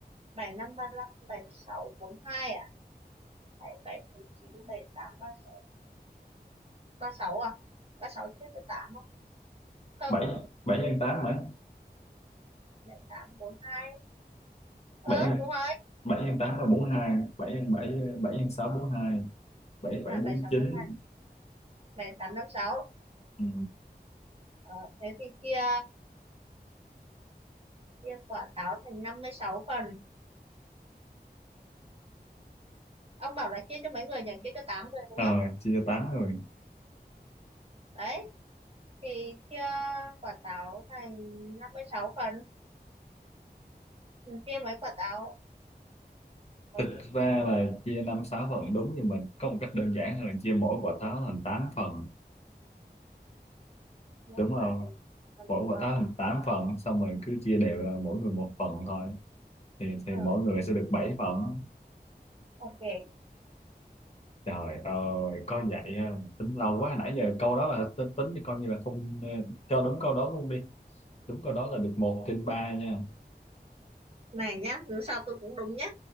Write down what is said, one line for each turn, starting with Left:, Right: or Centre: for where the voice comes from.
Right: bảy năm ba năm bảy sáu bốn hai à bảy bảy bốn chín bảy tám ba sáu ba sáu à ba sáu chia cho tám không không
Left: bảy bảy nhân tám mấy
Right: bảy tám bốn hai ờ
Left: bảy
Right: đúng rồi
Left: bảy nhân tám là bốn mươi hai bảy nhân bảy bảy nhân sáu bốn mươi hai bảy bảy
Right: à
Left: bốn
Right: bảy sáu
Left: chín
Right: bốn hai bảy tám năm sáu
Left: ừ.
Right: ờ thế thì kia chia quả táo thành 56 phần ông bảo là chia cho mấy người nhỉ chia cho 8 người đúng
Left: ờ
Right: không
Left: chia cho tám rồi
Right: đấy thì chia quả táo thành 56 phần mình chia mấy quả táo có
Left: thực
Right: chia
Left: ra là chia năm sáu phần đúng nhưng mình có một cách đơn giản hơn là chia mỗi quả táo thành 8 phần
Right: mấy
Left: đúng không
Right: quả thành phần
Left: mỗi quả
Right: ờ
Left: táo thành 8 phần xong rồi cứ chia đều ra mỗi người một phần thôi thì thì
Right: ờ
Left: mỗi người sẽ được 7 phần
Right: ok
Left: trời ơi có vậy không? tính lâu quá nãy giờ câu đó là tính tính thì coi như là không ờ, cho đúng câu đó luôn đi đúng câu đó là được một trên ba nha
Right: này nhá dù sao tôi cũng đúng nhá